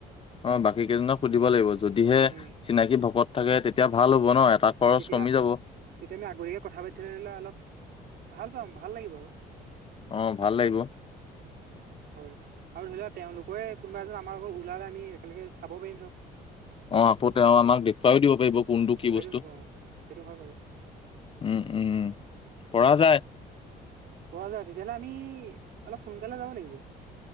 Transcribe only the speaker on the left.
অ বাকি কেইজনক সুধিব লাগিব, যদিহে
চিনাকি ভকত থাকে তেতিয়া ভাল হব ন এটা খৰচ
কমি যাব
অঁ ভাল লাগিব।
অ আকৌ তেওঁ আমাক দেখুৱাইও দিব পাৰিব। কোনটো কি
বস্তু
উম, উম, উম, পৰা যায়।